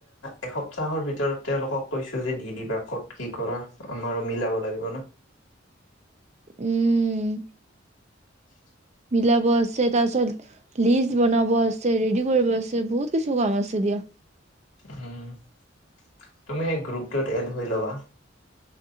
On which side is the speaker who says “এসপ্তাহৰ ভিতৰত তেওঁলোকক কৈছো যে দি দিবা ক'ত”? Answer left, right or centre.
Left